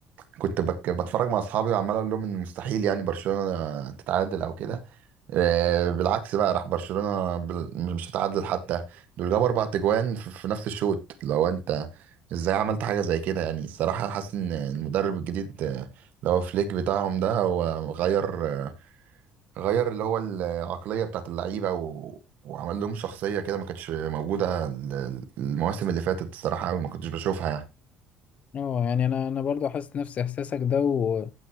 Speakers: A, on the right; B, on the left.
A: كنت بك بتفرج مع اصحابي وعمال اقول لهم ان مستحيل يعني برشلونة تتعادل او كده آه، بالعكس بقى راح برشلونة بال- مش هتعادل حتى دول جابوا اربع تجوان في في نفس الشوط لو انت ازاي عملت حاجة زي كده يعني الصراحة حاسس ان المدرب الجديد آه، اللي هو فليك بتاعهم ده هو غير آه، غير اللي هو العقلية بتاعت اللعيبة و... وعمل لهم شخصية كده ما كانتش موجودة ال- المواسم اللي فاتت الصراحة أوي ما كنتش بشوفها يعني
B: اه يعني انا انا برضو حاسس نفس احساسك ده و...